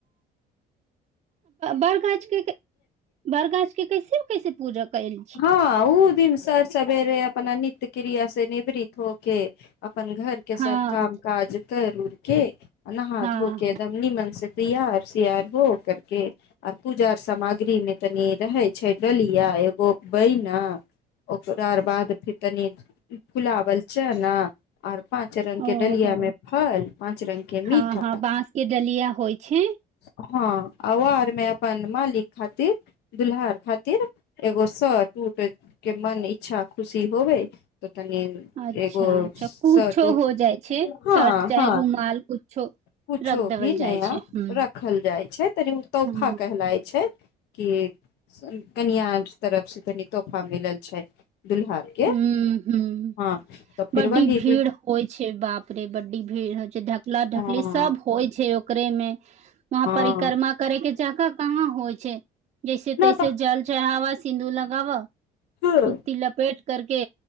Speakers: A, on the right; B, on the left.
A: बरगाछके बड़गाछ के कैसे कैसे पूजा कैल
B: हँ ओ दिन सर सवेरे अपना नित्य क्रिया से निवृत होके अपन घर के सब
A: हँ
B: काम काज कर उरकें नहा
A: हँ
B: धोके तब निमनसे तैयार सयार हो करके आर पूजा सामग्री मे तनी रहे छै डलिया बैना ओकरा आर बाद फेर तनी फुलाबल चना आर पाँच रंग के
A: ओहो
B: डलिया में फल पाँच रंग के मीठा
A: हँ हँ बाँंस के डलिया होइ छै
B: हँ आ आरमे अपन मालिक खातिर दुल्हा आ खातिर एगो स टूट के मन इच्छा खुशी होबे तनि
A: अच्छा
B: एगो
A: अच्छा कुछो
B: स रू
A: हो जाइ छै
B: हँ
A: शर्ट चाहे
B: हँ
A: रुमाल कुछो
B: कुछो
A: रख देवल
B: भी नया
A: जाइ छै ह
B: रखल जाइ छै तनी ओ तौफा
A: ह
B: कहलाय छै हिये कनिआ आर तरफ से तनी तोफा मिलल छै दुल्हार के
A: हुँ हुँ
B: हँ तऽ फिर
A: बड्डी
B: वही
A: भीड़ होइ छै बाप रे बड्डी भीड़ होइ छै चूल्हा
B: हँ
A: ढकली सब होइ छै ओकर देमे वहाँ
B: हँ
A: परिक्रमा करेके जगह कहाँ होइ छै जैसे
B: न
A: तैसे जल चढ़ावा सिन्धुर लगाब
B: तऽ
A: सुती लपेट करके